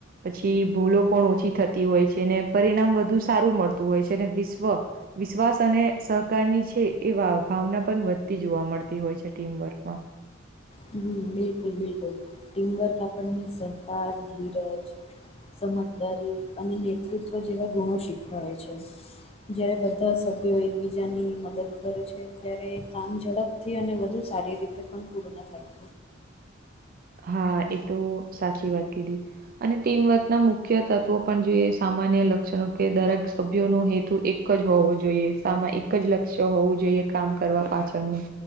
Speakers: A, on the right; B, on the left.
A: પછી ભૂલો પણ ઓછી થતી હોય છે ને પરિણામ વધુ સારું મળતું હોય છે. અને વિશ્વ વિશ્વાસ અને સહકારની છે એ ભાવ ભાવના પણ વધતી જોવા મળતી હોય છે ટીમવર્કમાં.
B: હમ્મ બિલકુલ બિલકુલ ટીમવર્ક આપણને સહકાર ધીરજ સમજદારી અને નેતૃત્વ જેવા ગુણો શીખવાવે છે. જ્યારે બધા સભ્યો એકબીજાની મદદ કરે છે ત્યારે કામ ઝડપ થી અને વધુ સારી રીતે પણ પૂર્ણ થયું
A: હા, એ તો સાચી વાત કીધી. અને ટીમવર્ક ના મુખ્ય તત્વો પણ જોઈએ સામાન્ય લક્ષણો કે દરેક સભ્યોનો હેતુ એક કજ હોવું જોઈએ સામાં એક જ લક્ષ્ય હોવું જોઈએ કામ કરવા પાછળનું.